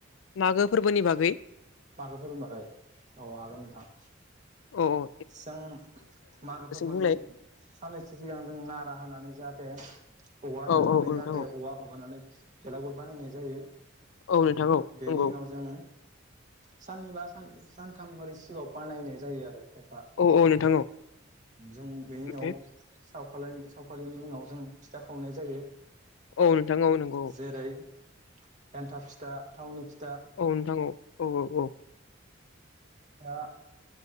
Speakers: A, on the left; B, on the right.
A: मागो फोरबोनि बागै
B: मागो फोरबोनि बागै औ हागोन नोंथां।
A: अ अ
B: जों मागो फोरबोनि
A: बुंलाय
B: साननैसो सिगां जों नारा होनानै जाहाते <unintelligible> औवा
A: औ
B: दाननानै
A: औ औ नोंथां
B: जाहाते
A: औ
B: औवा माबानानै भेलागुर बानायनाय जायो।
A: औ नोंथां औ
B: बेनि
A: नंगौ
B: उनाव जों साननैबा सान -सानथाम ओरै सिगाङाव बानायनाय जायो आरो। खायफा
A: औ औ नोंथां औ
B: जों बेनि उनाव
A: ओमफ्राय
B: <unintelligible> <unintelligible> सावखालिनि उनाव जों फिथा खावनाय जायो।
A: औ नोंथां औ नंगौ।
B: जेरै एन्थाब फिथा, थावनि <unintelligible>
A: औ नोंथां औ औ औ औ।
B: आ